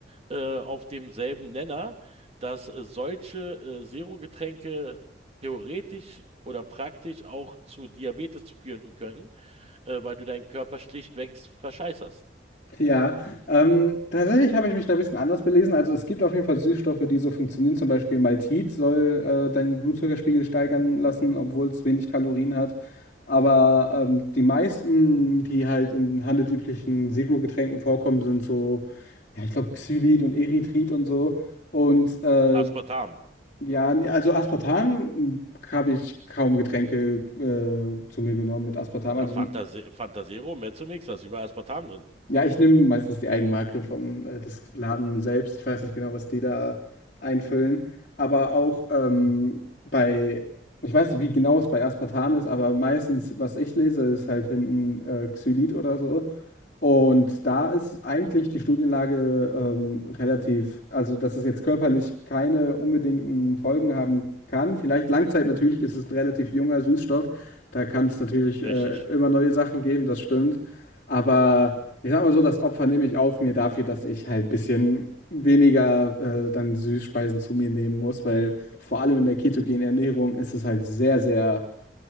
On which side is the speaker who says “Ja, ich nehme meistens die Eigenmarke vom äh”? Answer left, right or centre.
Left